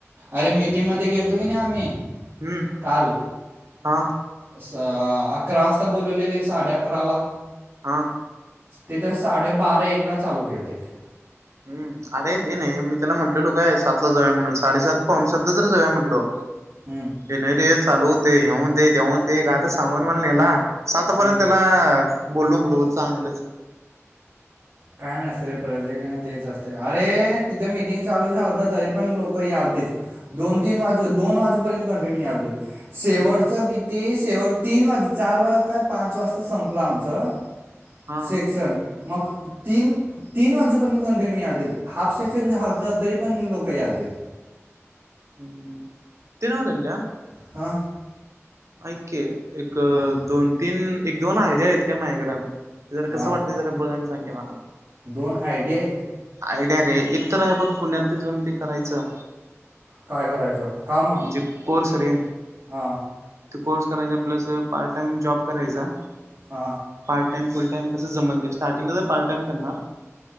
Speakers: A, on the right; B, on the right.
A: अरे मिटिंग मध्ये गेलतो, कणी आम्ही
B: हम्म
A: काल.
B: हा
A: स अकरा वाजता बोलवलेले साडे अकराला.
B: हां
A: तिथं साडेबारा एकला चालू केलतीत.
B: हम्म अरे ते नाही मी त्याला म्हटलेलो काय सातला जावूया म्हणून साडेसात पाऊणेसातला तरी जावुया म्हंटलो.
A: हम्म.
B: ये नाही रे चालू होतंय. <unintelligible> ते ग आता सांगून मला नेला, सातपर्यंत
A: हम्म.
B: त्याला बोललो बरोबर चांगलंच.
A: काय नसतंय रे प्रत्येकाच तेच असतंय. अरे तिथे मीटिंग चालू झालता तरी पण लोक यालतीत. दोन तीन वाजु दोन वाजेपर्यंत कंटिन्यू यालतीत. शेवटचं
B: हम्म
A: कित ते शेवट तीन वाजे चार वाज काय पाच वाजता संपलं आमचं.
B: हा
A: सेक्शन मग तीन तीन वाजूपर्यत कंटिन्यू यालतीत. हाफ सेक्शन झालतं, तरी पण लोकं यालतीत.
B: हम्म ते न्हवं टल्या
A: हा.
B: ऐक की एक
A: बोल
B: दोन तीन एक दोन आयडिया आहेत काय माझ्याकडं. ते जरा
A: हां
B: कसं वाटतंय जरा बघ आणि सांग की मला.
A: दोन आयडिया आहेत.
B: आयडिया रे. एक तर हे बघ पुण्यात ते जाऊन ते करायचं.
A: काय करायचं? काम
B: जे कोर्स रे
A: हा.
B: ते कोर्स करायचा प्लस पार्ट टाईम जॉब करायचा.
A: हा.
B: पार्ट टाइम फुल टाइम कसं जमल ते, स्टार्टिंगला तर पार्ट टाइम करणार.